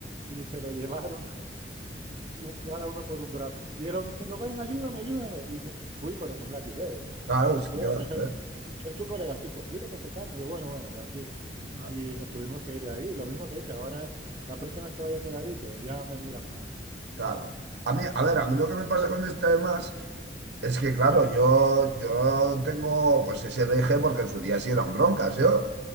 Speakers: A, on the right; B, on the right.
A: y se lo llevaron un, cada uno por un brazo. Y el hombre diciendo, ven, ayúdame, ayúdame. Y yo fui, pero no le ayudé.
B: claro,
A: Salió
B: es
A: fuera,
B: que ¿qué vas
A: me
B: a
A: dijeron,
B: hacer?
A: es tu colega. Sí, pues dile que se calme. Y yo, bueno, bueno, tranquilo.
B: Claro,
A: Y nos tuvimos que ir de ahí. Lo mismo que dice, ahora la próxima vez que vaya a ese garito, ya me miran mal.
B: claro. A mí, a ver, a mí lo que me pasa con este además Es que claro, yo, yo tengo pues ese deje porque en su día sí eran broncas, yo,